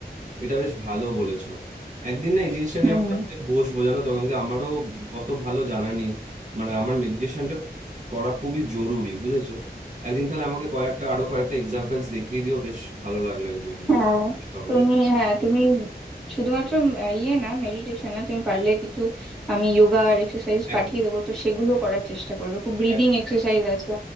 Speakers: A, on the right; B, in the centre.
A: এটা বেশ ভালো বলেছো একদিন না এই জিনিসটা নিয়ে
B: হুম
A: আমরা
B: হুম।
A: অনেক বসবো জানো তো কারণ কি আমারও অত ভালো জানা নেই মানে আমার মেডিটেশনটা করা খুবই জরুরি বুঝেছো একদিন তাহলে আমাকে কয়েকটা আরো কয়েকটা এক্সাম্পলস দেখিয়ে দিও বেশ ভালো লাগলো এগুলো নিয়ে
B: হ্যাঁ
A: কথা বলে
B: তুমি হ্যাঁ তুমি শুধুমাত্র উম, আহ, ইয়ে না মেডিটেশন না তুমি পারলে কিছু আমি যোগা আর এক্সারসাইজ
A: একদম
B: পাঠিয়ে দেবো তো সেগুলো করার চেষ্টা করবে খুব ব্রিদিং
A: এক-
B: এক্সারসাইজ আছে